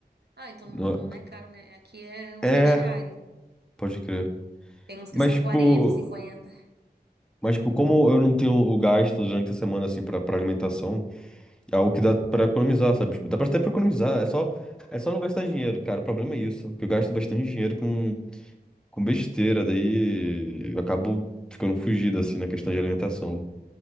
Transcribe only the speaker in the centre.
No-
É,
pode crer.
Mas
tipo,
mas tipo, como eu não tenho o gasto durante a semana assim pra, pra alimentação, é algo que dá pra economizar, sabe? Tipo, dá pra até pra economizar, é só, é só não gastar dinheiro, cara. O problema é isso, que eu gasto bastante dinheiro com com besteira, daí eu acabo ficando fugido, assim, na questão de alimentação.